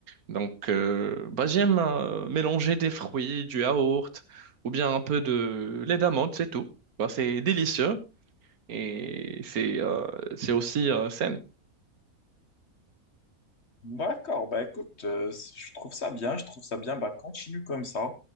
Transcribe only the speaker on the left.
D'accord, bah écoute, euh, c- je trouve ça bien, je trouve ça bien, bah continue comme ça